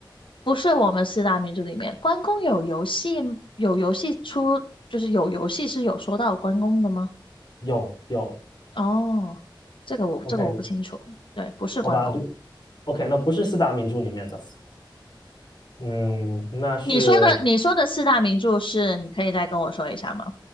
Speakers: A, on the left (about 80°); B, on the left (about 60°).
A: 不是我们四大名著里面，关公有游戏有游戏出，就是有游戏是有说到关公的吗？
B: 有有
A: 哦，这个我这个我不清楚，
B: ，OK，
A: 对，不是关公。
B: 好吧，如 OK，那不是四大名著里面的，嗯，那是
A: 你说的你说的四大名著是，你可以再跟我说一下吗？